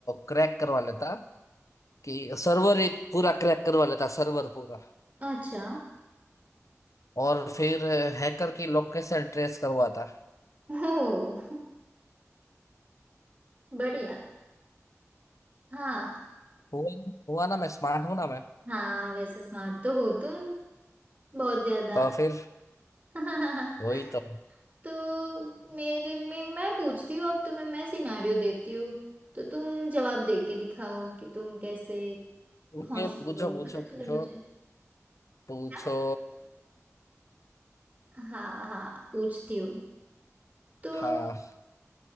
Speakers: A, on the left; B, on the right.
A: क्रैक करवा लेता कि सर्वर एक पूरा क्रैक करवा लेता सर्वर पूरा
B: अच्छा
A: और फिर हैकर की लोकेशन ट्रेस करवाता
B: ओ बढ़िया हाँ
A: हुआ हुआ ना मैं स्मार्ट हूं ना मैं
B: हाँ वैसे स्मार्ट तो हो तुम बहुत ज्यादा
A: तो फिर
B: <laughs>
A: वही तो
B: तो मेरे में मैं पूछती हूँ अब तुम्हें मैं सिनारियो देती हूँ तो तुम जवाब दे के दिखाओ कि तुम कैसे
A: ओके
B: होशियार
A: पूछो
B: हो
A: पूछो
B: पता
A: पूछो
B: चले मुझे
A: पूछो
B: क्या हाँ हाँ पूछती हूँ तो
A: हाँ